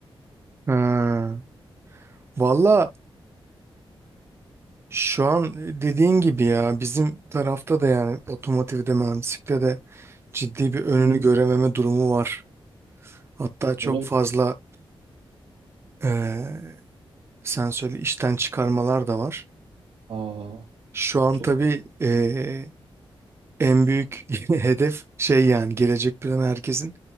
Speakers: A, on the right; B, on the right.
A: Ha. Valla şu an dediğin gibi ya bizim tarafta da yani otomotivde mühendislikte de ciddi bir önünü
B: Hı hı.
A: görememe durumu var. Hatta çok
B: Öyle mi?
A: fazla eee sen söyle işten çıkarmalar da var.
B: Aa,
A: Şu an
B: çok
A: tabii eee, en büyük <laughs> hedef şey yani gelecek planı herkesin